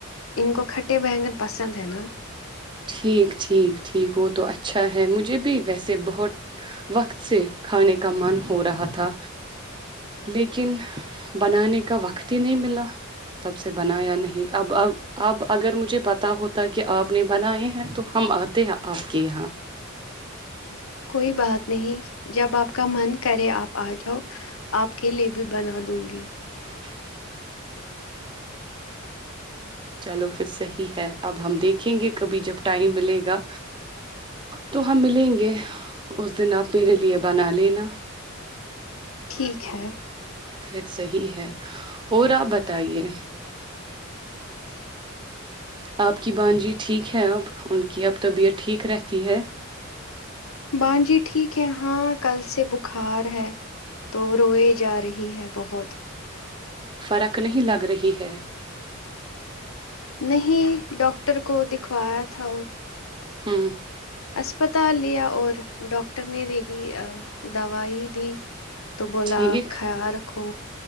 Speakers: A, on the left; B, on the right.
A: ان کو کھٹ اے بنگن پسند ہے نا
B: ٹھیک ٹھیک ٹھیک وہ تو اچھا ہے مجھے بھی ویسے بہت وقت سے کھانے کا من ہو رہا تھا لیکن بنانے کا وقت ہی نہیں ملا سب سے بنا یا نہیں اب اب اب اگر مجھے پتا ہوتا کہ آپ نے بنائے ہیں تو ہم آتے ہیں آپ کے یہاں
A: کوئی بات نہیں جب آپ کا من کرے آپ آ جاؤ آپ کے لیے بھی بنا دوں گی
B: <inaudible> چلو پھر صحیح ہے اب ہم دیکھیں گے کبھی جب ٹائم ملے گا تو ہم ملیں گے اس دن آپ میرے لیے بنا لینا
A: ٹھیک ہےھ
B: فیید صحیح ہے اور آپ بتائیے آپ کی بانجی ٹھیک ہے اب ان کی اب طبیعت ٹھیک رہتی ہے
A: بان جی ٹھیک ہے ہاں کل سے بخار ہے تو روئے جا رہی ہے بہت
B: فرق نہیں لگ رہی ہے
A: نہیں ڈاکٹر کو دکھوایا تھا اور
B: ہاں <unintelligible>
A: اسسپتال لیا اور ڈاکاکٹر نے د ہی دوائی ت تو بولا
B: ٹھیک
A: خیال رکھو